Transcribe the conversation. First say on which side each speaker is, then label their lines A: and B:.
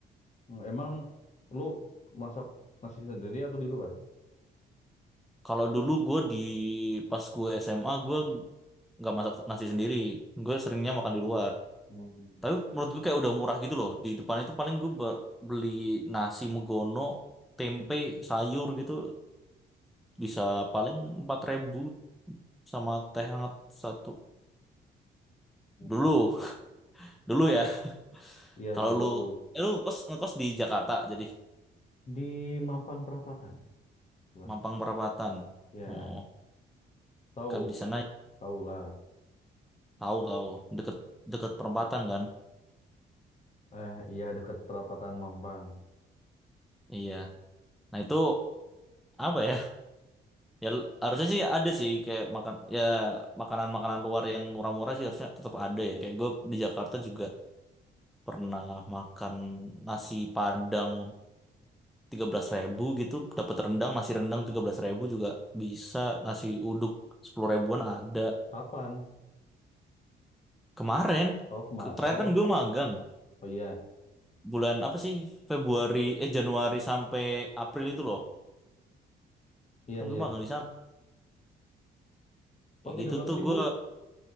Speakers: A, on the left; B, in the centre.
A: hmm, emang lu masak nasi sendiri atau di luar?
B: Kalau dulu gue di pas gue SMA gue nggak masak nasi sendiri, gue seringnya makan di luar.
A: Hmm.
B: Tapi menurut gue kayak udah murah gitu loh. Di depan itu paling gue be- beli nasi megono, tempe, sayur gitu. Bisa paling 4.000 sama teh hangat satu.
A: hmm.
B: Dulu, <laughs> dulu ya.
A: Ya
B: Kalau
A: dulu
B: lu, eh, lu kos, ngekos di Jakarta jadi
A: di Mampang Perapatan. Wah,
B: Mampang Perapatan.
A: ya
B: Oh,
A: tahu,
B: kan di sana
A: tahu lah.
B: tahu tahu deket deket perempatan kan.
A: Eh, iya dekat perapatan Mampang.
B: Iya. Nah itu apa ya? <laughs> Ya harusnya sih ada sih kayak makan ya makanan-makanan luar yang murah-murah sih harusnya tetap ada ya. Kayak gue di Jakarta juga pernah makan nasi Padang 13.000 gitu, dapat rendang, nasi rendang 13.000 juga bisa, nasi uduk 10 ribuan ada.
A: Kapan?
B: Kemarin,
A: Oh, kemar.
B: ke- terakhir
A: Oh,
B: kan gue magang
A: oh iya,
B: bulan apa sih Februari eh Januari sampai April itu loh.
A: iya
B: Kan
A: iya.
B: gue magang di sana. Kayak
A: Oh, tiga
B: gitu
A: belas
B: tuh
A: ribu.
B: gue